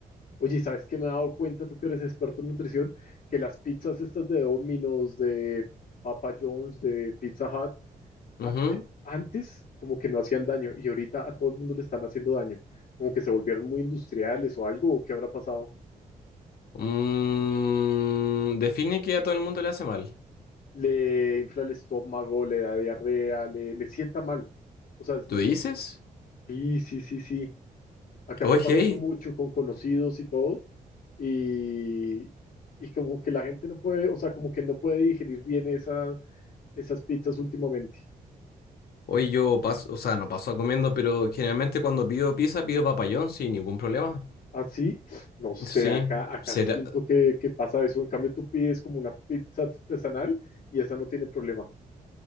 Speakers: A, on the left; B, on the left.
A: Oye, ¿sabes qué me he dado cuenta, tú que eres experto en nutrición, que las pizzas estas de Domino's, de Papa John's, de Pizza Hut,
B: Ujú.
A: a- de- antes como que no hacían daño y ahorita a todo el mundo le están haciendo daño, como que se volvieron muy industriales o algo, ¿o qué habrá pasado?
B: Mm, define que a todo el mundo le hace mal.
A: Le infla el estómago, le da diarrea, le, le sienta mal. O sea, es
B: ¿Tú
A: lo
B: dices?
A: que... enti- Sí, sí, sí, sí. Acá
B: Oye.
A: está pasando mucho con conocidos y todo y, y como que la gente no puede, o sea, como que no puede digerir bien esa, esas pizzas últimamente.
B: Hoy yo paso, o sea, no paso a comiendo, pero generalmente cuando pido pizza pido papayón sin ningún problema.
A: Así, no sé,
B: Sí,
A: acá, acá
B: será.
A: siento que, que pasa eso. En cambio, tú pides como una pizza artesanal y esa no tiene problema.